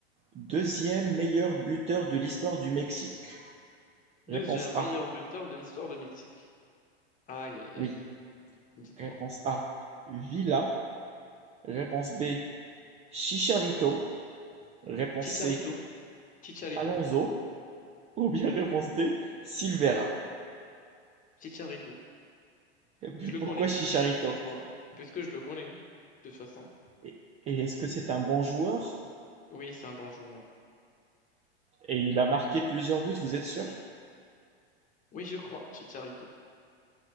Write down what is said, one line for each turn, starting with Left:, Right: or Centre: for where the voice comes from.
Right: deuxième meilleur buteur de l'histoire du Mexique?
Left: Deuxième
Right: Réponse A,
Left: meilleur buteur de l'histoire de Mexique. Aïe, aïe,
Right: oui.
Left: aïe. Dites-moi.
Right: Réponse A, Villa. Réponse B, Chicharito. Réponse
Left: Chicharito.
Right: C,
Left: Chicharito.
Right: Alonso. Ou bien réponse D, Silvera.
Left: Chicharito.
Right: Et puis,
Left: Je
Right: Pourquoi
Left: le connais,
Right: Chicharito?
Left: ce joueur. Puisque je le connais, de toute façon.
Right: Et et est-ce que c'est un bon joueur?
Left: Oui, c'est un bon joueur.
Right: Et il a marqué plusieurs buts, vous êtes sûr?
Left: Oui, je crois, Chicharito.